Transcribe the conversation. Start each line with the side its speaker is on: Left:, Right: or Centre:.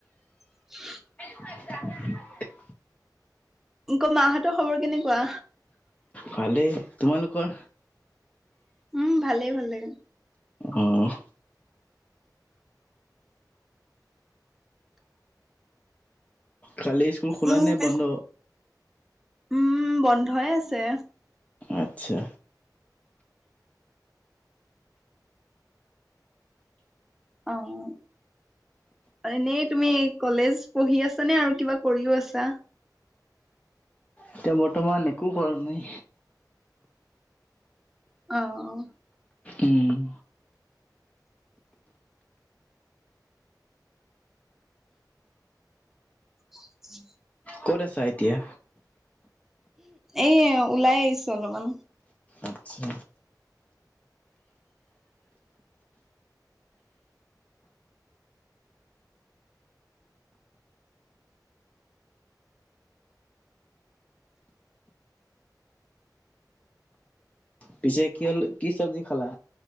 Centre: <inaudible>
Left: <unintelligible>
Centre: আকৌ মাহঁতৰ খৱৰ কেনেকুৱা
Left: ভালেই তোমালোকৰ
Centre: উম ভালে ভালে।
Left: অহ কালি স্কুল খোলা
Centre: উম
Left: নে
Centre: পিছ
Left: বন্ধ
Centre: উম বন্ধই আছে।
Left: আচ্ছা
Centre: অৱ এনেই তুমি কলেজ পঢ়ি আছা নে আৰু কিবা কৰিও আছা।
Left: এতিয়া বৰ্তমান একো কৰা নাই।
Centre: অৱ অৱ
Left: উম
Centre: <unintelligible>
Left: ক'ত আছা এতিয়া
Centre: এই ওলাই আহিছো অলপমান।
Left: আচ্ছা, পিছে কি হ'ল কি চব্জি খালা?